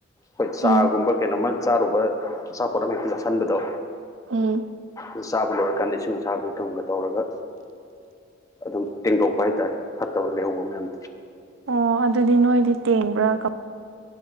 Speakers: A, on the left; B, on the right.
A: ꯍꯣꯏ ꯆꯥꯒꯨꯝꯕ
B: ꯎꯝ
A: ꯀꯩꯅꯣꯝꯃ ꯆꯥꯔꯨꯕ ꯑꯆꯥꯄꯣꯠ ꯑꯃ ꯍꯦꯛꯇ ꯆꯥꯁꯤꯟꯕꯗꯣ
B: ꯎꯝ
A: ꯑꯗꯨ ꯆꯥꯕ ꯂꯣꯏꯔꯀꯥꯟꯗ ꯏꯁꯤꯡ ꯑꯁꯥꯕꯗꯨ ꯊꯨꯝꯒ ꯇꯧꯔꯒ ꯑꯗꯨꯝ ꯇꯦꯡꯗꯣꯛꯄ ꯍꯥꯏꯇꯥꯔꯦ ꯐꯠꯇꯕ ꯂꯩꯍꯧꯕ ꯃꯌꯥꯝ
B: ꯑꯣ ꯑꯗꯨꯗꯤ ꯅꯣꯏꯗꯤ ꯇꯦꯡꯕ꯭ꯔ ꯀ